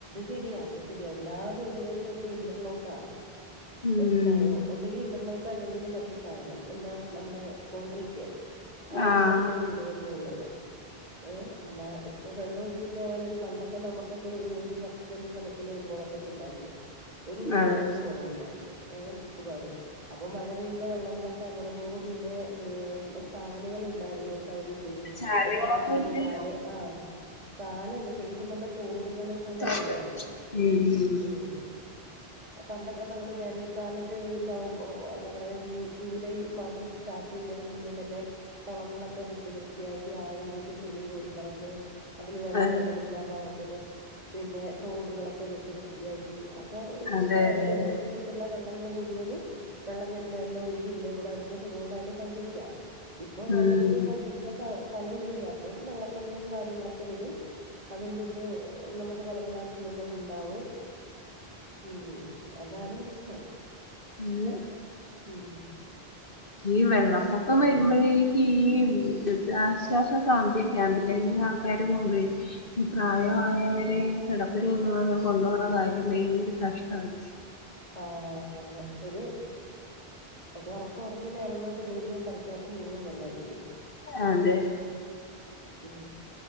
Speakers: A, on the right (about 40°); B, on the left (about 60°).
A: ശരി അത് ശരിയാ എല്ലാ വീടുകളിലും ഇപ്പൊ ഇന്റർലോക്കാ
B: ഉം
A: മനസ്സിലായോ ഒന്നെങ്കി ഇന്റർലോക്ക് അല്ലെങ്കിലിൽ മറ്റേ സാധനം എന്താ നമ്മുടെ കോൺക്രേറ്റ് അതാണ്
B: ആഹ്
A: ഇപ്പോ എല്ലാ വീടുകളിലും ഉള്ളത്. ഏ അല്ല ഇപ്പൊ വെള്ള പോകൻ ഒരു പണ്ടൊക്കെ നമുക്കൊക്കെ ഒരു ഒരു പത്ത് സെന്റ് സ്ഥലത്തില് ഒരു കുളം വെച്ചുണ്ടായിരുന്നു ഒരു വീട്ടില്
B: അതെ
A: ഒരു കുളവും ഉണ്ടായിരുന്നു ഏ ചുറ്റുപാടും അപ്പൊ മഴ വെള്ളങ്ങളൊക്കെ അങ്ങനെ പോവും പിന്നെ ചാലുകൾ ഇ ണ്ടായിരുന്നു സൈഡിൽ കൂടി
B: ചാലുകളൊന്നും
A: ഒരു പറമ്പിന്ന്
B: ഇല്ലല്ലോ
A: ചാല് ആ ചാലല്ല ശരിക്കും പറഞ്ഞാ തോടുകൾ അങ്ങനെ
B: ഉം
A: ഇണ്ടായിരുന്നു ഉം പണ്ടൊക്കെ നമ്മള് വേനൽക്കാലത്ത് നവ എന്താ പറയാ ജൂലൈ മാസം സ്റ്റാർട്ട് കട്ടിയുന്നതിന് മുന്നേ തന്നെ കുളങ്ങളൊക്കെ വെട്ടി വൃത്തിയാക്കി ആഴം കൂട്ടി ചെളി കോരിക്കളഞ്ഞ് അതില് വെള്ളം
B: അതെ
A: തങ്ങി നിക്കാൻ പാകത്തിന് പിന്നെ തോടുകളൊക്കെ വെട്ടി വൃത്തിയാക്കി ഇപ്പം
B: അതെ അതെ
A: വരുന്ന
B: അതെ
A: മുറ്റത്തുള്ള വെള്ളം മുഴുവനും വെള്ളം വരുന്നത് എല്ലാം ഒഴുകി ഇതിലേ കൂടെ അതിന് സുഗമമായിട്ട് സഞ്ചരിക്കാം ഇപ്പൊ വെള്ളത്തിന്
B: ഉം
A: സഞ്ചരിക്കൻ സ്ഥല ഇല്ലല്ലോ അപ്പം വെള്ളപ്പൊക്കും കാര്യങ്ങളൊക്കെ ര അതിൽ നിന്ന് നമുക്ക് പല പല അസുഖങ്ങൾ ഇണ്ടാവും ഉം അതാണ് പ്രശ്നം
B: അതെ
A: ഉം
B: ഈ വെള്ളപ്പൊക്കം
A: പണ്ട
B: വരുമ്പോഴേക്ക് ഈ ദുരിതാശ്വാസ ക്യാമ്പിലെ ആൾക്കാർ മുമ്പേ ഈ പ്രായമായവരെ കിടപ്പ് രോഗികളെ കൊണ്ടു പോകണ കാര്യം ഭയങ്കര കഷ്ട ണ്
A: ആ അതെ ഒരു ഉറപ്പ് ക്കേ ഉറങ്ങി നേരം വെളുത്തു എണീക്കുമ്പോ പെരക്കകത്ത് മുഴുവൻ വെള്ളം ആയിരിക്കും
B: അതെ
A: ഉം